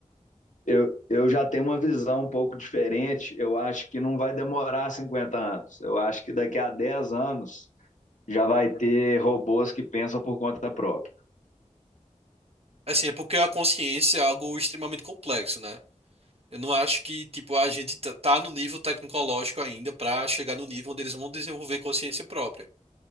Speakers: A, on the left; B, on the right.
A: Eu, eu já tenho uma visão um pouco diferente. Eu acho que não vai demorar 50 anos. Eu acho que daqui a 10 anos já vai ter robôs que pensam por conta própria.
B: Assim, é porque a consciência é algo extremamente complexo, né? Eu não acho que, tipo, a gente tá tá no nível tecnológico ainda para chegar no nível onde eles vão desenvolver consciência própria.